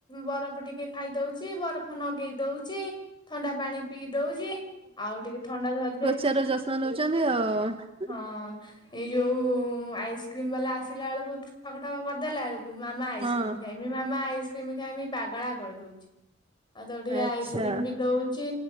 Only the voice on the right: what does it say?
ତାର ଯତ୍ନ ନେଉଛନ୍ତି ଆଉ
ହଁ
ଆଚ୍ଛା